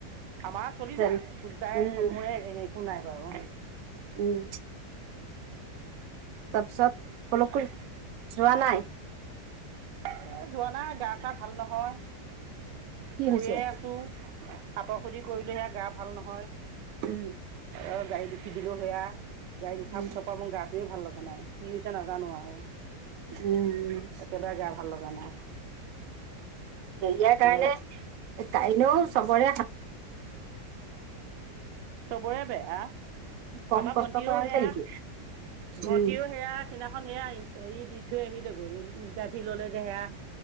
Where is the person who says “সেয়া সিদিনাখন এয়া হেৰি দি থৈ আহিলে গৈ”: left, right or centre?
Right